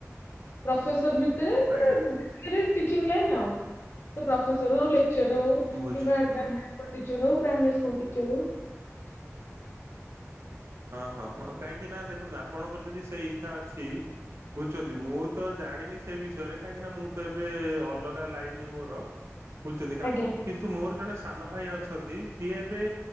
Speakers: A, on the left; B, on the right.
A: ପ୍ରଫେସର ଭିତରେ ମାନେ
B: ଆଜ୍ଞା
A: ଯେତିକି ବି ଟିଚିଙ୍ଗ୍ ଲାଇନ୍ ଆଉ ପ୍ରଫେସର ହେଉ ଲେ ଲେଚର୍ ହେଉ
B: ବୁଝୁ
A: କିମ୍ବାର ଗାଁ ଟିଚର ହେଉ ପ୍ରାଇମେରୀ ସ୍କୁଲ ଟିଚର ହେଉ।
B: ହଁ ହଁ ହଁ କାହିଁକି ନା ଦେଖନ୍ତୁ ଆପଣଙ୍କର ଯଦି ସେଇ ଇଚ୍ଛା ଅଛି ବୁଝୁଛନ୍ତି ମୁଁ ତ ଜାଣିନି ସେଇ ବିଷୟରେ କାହିଁକି ନା‌ ମୁଁ ତ ଏବେ ଅଲଗା ଲାଇନ୍ ରେ ମୋର ବୁଝଛନ୍ତି କାମ
A: ଆଜ୍ଞା
B: କିନ୍ତୁ ମୋର ଜଣେ ସାନ ଭାଇ ଅଛନ୍ତି ସିଏ ଏବେ